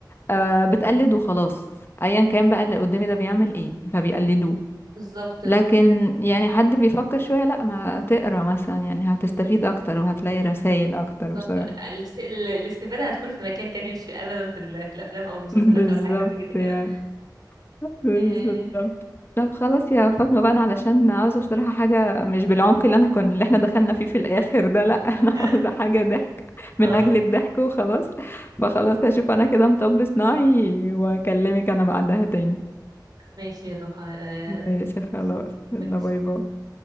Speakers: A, on the left; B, on the right.
A: آه بتقلد وخلاص ايا كان بقى اللي قدامي ده بيعمل ايه فبيقلدوه
B: بالظبط
A: لكن يعني حد بيفكر شوية لا ما تقرا مثلا يعني هتستفيد اكتر وهتلاقي رسائل اكتر
B: بالظبط
A: بصراحة
B: الاست- ال- الاستفادة هتكون في مكان تاني مش في ابدا في, ال- في الافلام او المسلسلات
A: <laughs> بالظبط
B: او الحاجات دي كده
A: يعني
B: كده
A: بالظبط
B: آه،
A: طب خلاص يا فاطمة بقى انا علشان عاوزة بصراحة حاجة مش بالعمق اللي انا كنا اللي احنا دخلنا فيه في الاخر ده لا <laughs> انا
B: آه،
A: عاوزة حاجة ضحك من
B: آه.
A: اجل الضحك وخلاص فخلاص هشوف انا كده مطب صناعي واكلمك انا بعدها تاني
B: ماشي يا ضحى آه،
A: ماشي خلاص يلا
B: ماشي
A: باي باي